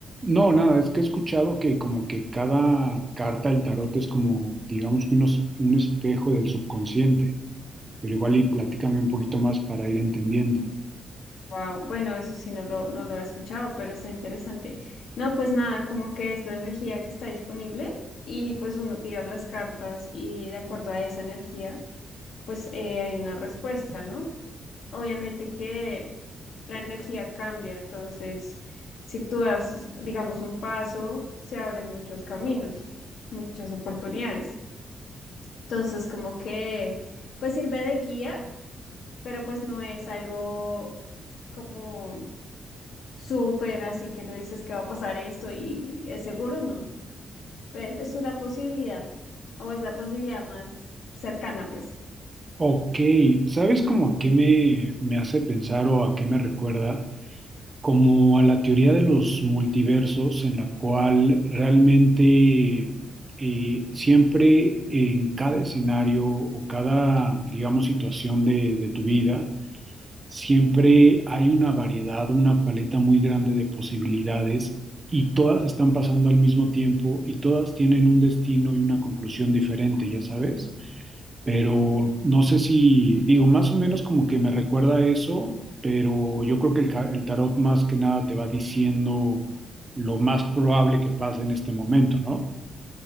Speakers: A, on the right (about 20°); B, on the left (about 70°).
A: No, nada, es que he escuchado que como que cada carta del tarot es como, digamos que unos, un espejo del subconsciente, pero igual y platícame un poquito más para ir entendiendo.
B: Wow, bueno, eso sí no lo, no lo he escuchado, pero está interesante. No, pues nada, como que es la energía que está disponible y pues uno tira las cartas y de acuerdo a esa energía, pues eh, hay una respuesta, ¿no? Obviamente que la energía cambia, entonces si tú das, digamos, un paso, se abren muchos caminos, muchas oportunidades. Entonces, como que, pues sirve de guía, pero pues no es algo como Súper, así que no dices que va a pasar esto y es seguro, no. Pues, Es una posibilidad o es la posibilidad más cercana, pues.
A: Ok, ¿sabes como a qué me, me hace pensar o a qué me recuerda? como a la teoría de los multiversos, en la cual realmente eh, siempre en cada escenario o cada, digamos, situación de, de tu vida, siempre hay una variedad, una paleta muy grande de posibilidades y todas están pasando al mismo tiempo y todas tienen un destino y una conclusión diferente, ya sabes pero
B: Sí,
A: no sé si, digo, más o menos como que me recuerda a eso, pero yo creo que el, ca- el tarot más que nada te va diciendo lo más probable que pase en este momento, ¿no?